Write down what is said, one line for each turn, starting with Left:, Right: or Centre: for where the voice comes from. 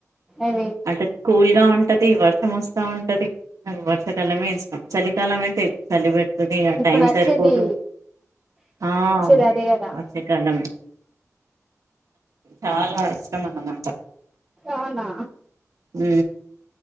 Centre: ఇగ
Right: అటు కూల్ గ ఉం ఉంటది వర్షం వస్తా ఉంటది నాకు వర్షకాలమే ఇష్టం చలికాలం అయితే చలి పెడతది ఆ
Centre: ఇప్పుడు
Right: టైం
Centre: వచ్చేది
Right: సరిపోదు ఆ
Centre: వచ్చేది అదే కదా
Right: వచ్చే కాలమే చాలా ఇష్టం అన్నమాట
Centre: అవునా
Right: ఉ